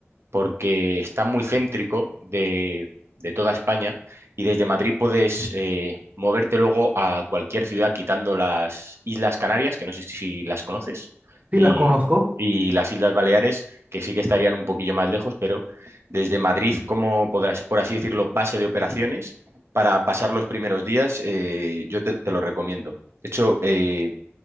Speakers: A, on the right; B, on the right.
A: porque está muy céntrico de, de toda España y desde Madrid puedes eh, moverte luego a cualquier ciudad quitando las Islas Canarias, que no sé si si las conoces,
B: Sí,
A: y,
B: las conozco.
A: y las Islas Baleares, que sí que estarían un poquillo más lejos, pero desde Madrid, como podrás, por así decirlo, base de operaciones, para pasar los primeros días, eh, yo te, te lo recomiendo. De hecho, eh,